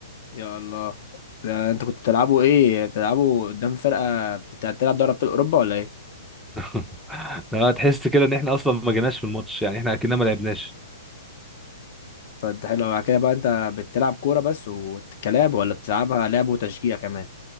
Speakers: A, on the left; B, in the centre.
A: يا الله ده انت كنت بتلعبوا ايه بتلعبوا قدام فرقه بتاع- بتلعب دوري ابطال اوروبا ولا ايه
B: <laughs> لا تحس كده ان احنا اصلا ما جيناش في الماتش يعني احنا اكننا ما لعبناش
A: فانت حلو أوي. على كده بقى انت بتلعب كوره بس وكلاب ولا بتلعبها لعب وتشجيع كمان